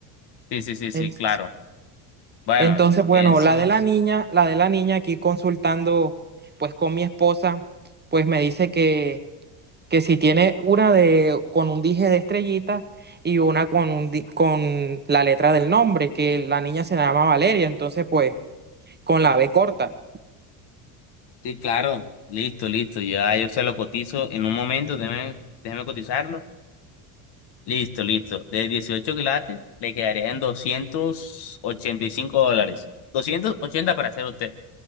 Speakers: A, on the left; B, on the right.
A: Sí, sí, sí, sí,
B: Es-
A: claro. Bueno,
B: Entonces, bueno,
A: eso.
B: la de la niña, la de la niña aquí consultando pues con mi esposa, pues me dice que que si tiene una de, con un dije de estrellitas y una con, un, di- con la letra del nombre, que la niña se llama Valeria, entonces pues con la B corta.
A: Sí, claro. Listo, listo. Ya yo se lo cotizo en un momento. Déjeme, déjeme cotizarlo. Listo, listo. De 18 quilates le quedarían 285 dólares. 280 para hacer usted.